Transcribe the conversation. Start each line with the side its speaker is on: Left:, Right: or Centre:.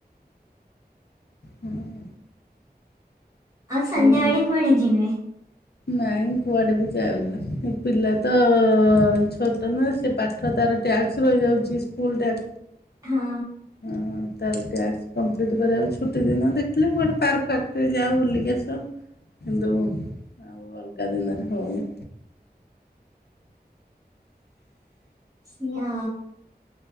Left: ହୁଁ।
Right: ଆଉ ସନ୍ଧ୍ୟା
Left: ଭଲ।
Right: ବେଳେ କୁଆଡେ ଯିବେ।
Left: ନାଇଁ କୁଆଡେ ବି ଯାଉନି ଏ ପିଲା ତ ଛୋଟ ନା ସେ ପାଠ୍ ଠ ତାର ଟ୍ୟାକ୍ସ ରହି ଯାଉଛି ସ୍କୁଲ ଟ୍ୟାକ୍ସ।
Right: ହଁ।
Left: ହଁ ତାର ଟ୍ୟାସ୍କ କମ୍ପ୍ଲିଟ୍ କରିବାକୁ ଛୁଟି ଦିନ ଦେଖିଲେ କୁଆଡେ ପାର୍କ ଫାର୍ ଟିକେ ଯାଉ ବୁଲିକି ଆସୁ। କିନ୍ତୁ ଆଉ ଅଲଗା ଦିନରେ ହଉନି।
Right: ସେଇଆ।